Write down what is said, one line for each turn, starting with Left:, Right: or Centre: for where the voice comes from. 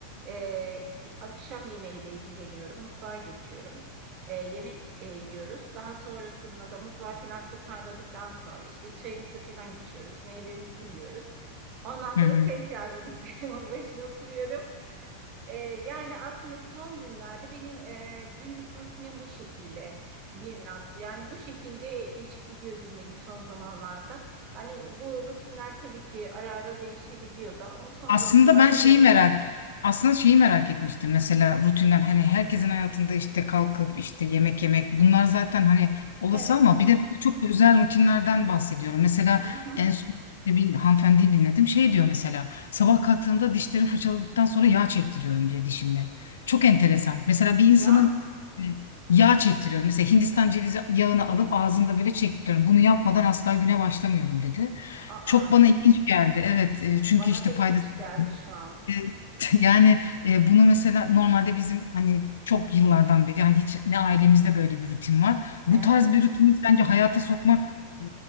Right: e, akşam yemeğiyle ilgileniyorum. Mutfağa geçiyorum. E, yemek e, yiyoruz. Daha sonrasında da mutfağı falan toparladıktan sonra işte çayımızı falan içiyoruz. Meyvemizi yiyoruz. Ondan sonra
Left: hı hı.
Right: tekrar bilgisayarımın başına oturuyorum. Ee, yani aslında son günlerde benim e, günlük rutinim bu şekilde bir nasıl yani bu şekilde geçip gidiyor günlerim son zamanlarda. Yani bu rutinler tabii ki ara ara değişebiliyor da ama son
Left: Aslında
Right: zamanlarda
Left: ben şeyi
Right: böyle.
Left: merak aslında şeyi merak etmiştim mesela rutinden hani herkesin hayatında işte kalkıp işte yemek yemek bunlar zaten hani olası
Right: Evet
Left: ama
Right: mi?
Left: bir de böyle çok özel rutinlerden bahsediyorum. Mesela
Right: Hı hı.
Left: en son işte bir hanımefendiyi dinledim şey diyor mesela sabah kalktığımda dişlerimi fırçaladıktan sonra yağ çektiriyorum diyor dişimde. Çok enteresan. Mesela bir insanın
Right: Ya,
Left: e, yağ çektiriyorum. Mesela Hindistan cevizi yağını alıp ağzında böyle çektiriyorum. Bunu yapmadan asla güne başlamıyorum dedi.
Right: aa,
Left: Çok bana ilginç geldi. Evet, e, çünkü
Right: bana
Left: işte
Right: da ilginç
Left: faydası
Right: geldi şu an.
Left: e, <laughs> Yani e, bunu mesela normalde bizim hani çok yıllardan beri hani hiç ne ailemizde böyle bir rutin var.
Right: Evet.
Left: Bu tarz bir rutini sence hayata sokmak e,